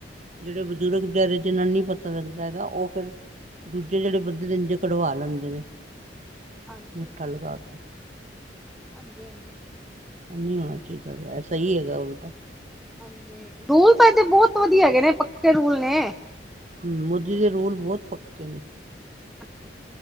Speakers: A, on the right; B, in the centre.
A: ਜਿਹੜੇ ਬਜ਼ੁਰਗ ਬਾਰੇ ਇਹਨਾਂ ਨੀ ਪਤਾ ਲੱਗਦਾ ਹੈਗਾ ਉਹ ਫਿਰ ਦੂਜੇ ਜਿਹੜੇ ਬੰਦੇ ਰੰਜੇ ਕਢਵਾ ਲੈਂਦੇ ਨੇ,
B: ਹਾਂਜੀ-ਹਾਂਜੀ-ਹਾਂਜੀ,
A: ਅੰਗੂਠਾ ਲਗਾ ਕੇ ਨਹੀਂ ਹੋਣਾ ਚਾਹੀਦਾ ਐਸਾ ਹੀ ਹੈਗਾ ਉਲਟਾ,
B: ਹਾਂਜੀ ਰੂਲ ਤਾਂ ਦੇ ਬਹੁਤ ਵਧੀਆ ਹੈਗੇ ਨੇ ਪੱਕੇ ਰੂਲ ਨੇ,
A: ਮੋਦੀ ਦੇ ਰੂਲ ਬਹੁਤ ਪੱਕੇ ਨੇ,
B: ਅੱਛਾ,